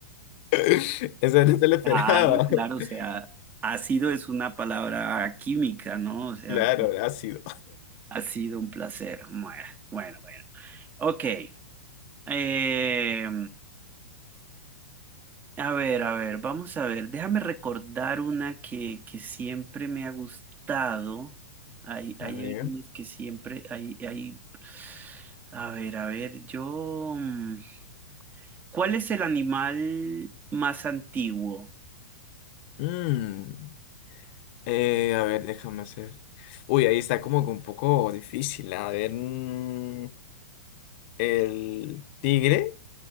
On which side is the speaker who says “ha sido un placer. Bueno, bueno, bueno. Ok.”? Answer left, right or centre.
Right